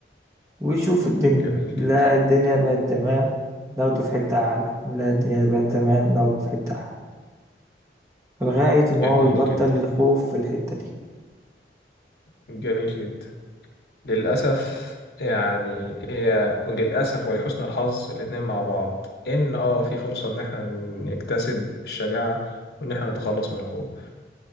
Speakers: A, on the right; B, on the left.
A: ويشوف
B: مم،
A: الدنيا
B: جميل
A: لا
B: جدا
A: الدنيا بقت تمام ناخده في حتة اعلى لا الدنيا بقت تمام ناخده في حتة اعلى لغاية ما
B: جميل
A: هو يبطل
B: جدا
A: الخوف في الحتة دي
B: جميل جدا للأسف يعني هي وللأسف ولحسن الحظ الاتنين مع بعض إن آه في فرصة إن إحنا نكتسب الشجاعة وإن إحنا نتخلص من الخوف